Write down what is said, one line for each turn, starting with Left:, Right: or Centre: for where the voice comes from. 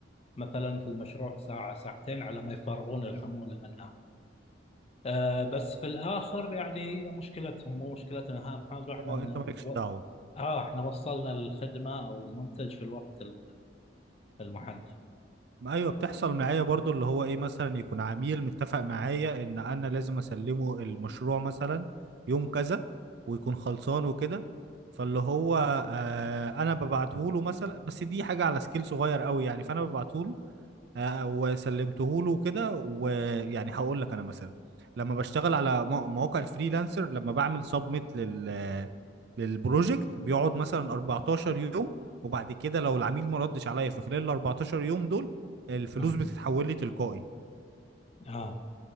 Left: مثلا في المشروع ساعة ساعتين على ما يفرغون الحمولة منها آه بس في الاخر يعني مشكلتهم مو مشكلتنا اهم حاجه احنا
Right: اه
Left: إن
Right: انت مالكش
Left: و...
Right: دعوة
Left: اه احنا وصلنا الخدمه او المنتج في الوقت ال- المحدد
Right: ما ايوه بتحصل معايا برضو اللي هو ايه مثلا يكون عميل متفق معايا ان انا لازم اسلمه المشروع مثلا يوم كذا ويكون خلصان وكده فاللي هو آه انا ببعته له مثلا بس دي حاجه على سكيل صغير قوي يعني فانا ببعته له آه، وسلمته له وكده ويعني هقول لك انا مثلا لما بشتغل على مو- مواقع الفريلانسر لما بعمل سبميت لل للبروجكت بيقعد مثلا 14 يوم وبعد كده لو العميل ما ردش عليا في خلال ال 14 يوم دول الفلوس
Left: امم
Right: بتتحول لي تلقائي
Left: اه